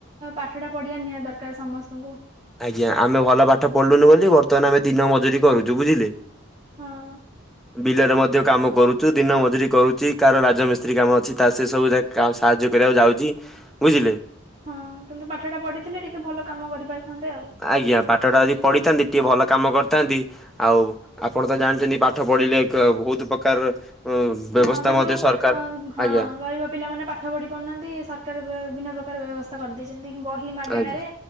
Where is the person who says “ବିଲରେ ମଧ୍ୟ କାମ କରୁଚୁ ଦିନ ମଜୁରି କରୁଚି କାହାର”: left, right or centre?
Centre